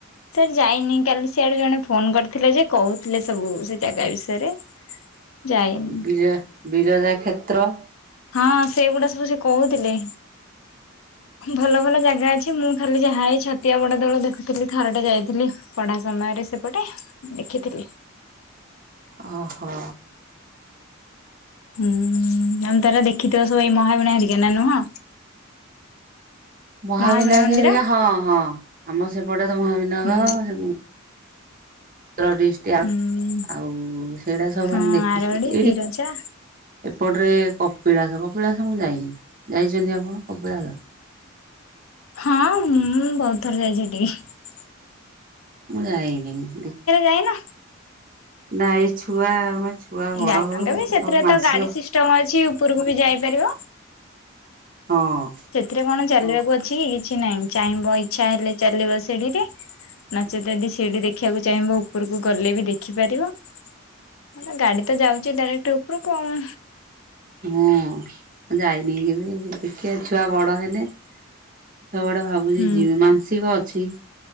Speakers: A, on the left; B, on the right.
A: ସେ ଯାଇନି କାଲି ସିଆଡେ ଜଣେ ଫୋନ୍ କରିଥିଲେ ଯେ କହୁଥିଲେ ସବୁ ସେ ଜାଗା ବିଷୟରେ। ଯାଇନି
B: ବିରା ବିରଜା କ୍ଷେତ୍ର।
A: ହଁ ସେଗୁଡ଼ା ସବୁ ସେ କହୁଥିଲେ।
B: ହୁଁ
A: ଭଲ ଭଲ ଜାଗା ଅଛି ମୁଁ ଖାଲି ଯାହା ଏଇ ଛତିଆ ବଡ଼ ଦେଉଳ ଦେଖୁଥିଲି ଥରଟେ ଯାଇଥିଲି ପଢ଼ା ସମୟ ରେ ସେପଟେ ଦେଖିଥିଲି।
B: ଓହୋ।
A: ହୁଁ ଆମେ ତ ଏରା ଦେଖିଥିବ ସବୁ ଏଇ ମହାବିଣା ହେରିକା ନା ନୁହଁ?
B: ମହାବିନାୟକ
A: ମହାବୀଣା ମନ୍ଦିର।
B: ହେରିକା ହଁ ହଁ ଆମ ସେପଟେ ତ ମହାବିନାୟକ
A: ହୁଁ
B: ଜମ୍ ର ଡିଷ୍ଟି ଆ‌
A: ହୁଁ
B: ଆଉ ସେଟା ସବୁ
A: ହଁ
B: ଆମେ ଦେଖିଛୁ
A: ଆରଡି
B: ଏଇଠି
A: ବିରଜା
B: ଏପଟରେ କପିଳାସ କପିଳାସ ମୁଁ ଯାଇନି ଯାଇଛନ୍ତି ଆପଣ କପିଳାସ?
A: ହଁ ମୁଁ ବୋହୁତ୍ ଥର ଯାଇଛି ସେଠିକି।
B: ମୁଁ ଯାଇନି ଦେ
A: ଯାଇନା
B: ନାଇଁ ଛୁଆ ଛୁଆ ବଡ଼
A: ଯାଇନି
B: ହଉ
A: ଦେବେ ସେଥିରେ
B: ସବୁ ମାନସିକ
A: ତ ଗାଡ଼ି ସିଷ୍ଟମ୍ ଅଛି ଉପୁରକୁ ବି ଯାଇପାରିବ।
B: ହଁ।
A: ସେଥିରେ କଣ ଚାଲିବାକୁ ଅଛି କି କିଛି ନାହିଁ ଚାହିଁବ ଇଚ୍ଛା ହେଲେ ଚାଲିବ ସେଡ଼ିରେ। ନାଚେତ୍ ଯଦି ସିଡ଼ି ଦେଖିବାକୁ ଚାହିଁବ ଉପରକୁ ଗଲେ ବି ଦେଖିପାରିବ। ମଲା ଗାଡ଼ି ତ ଯାଉଚି ଡାଇରେକ୍ଟ୍ ଉପରକୁ ଆଉ।
B: ହଁ ମୁଁ ଯାଇନି ବି କେବେ ଦେଖିବା ଛୁଆ ବଡ଼ ହେଲେ। ସବୁଆଡ଼େ ଭାବୁଛି
A: ହୁଁ
B: ଯିବି ମାନ୍ ସିକ ଅଛି।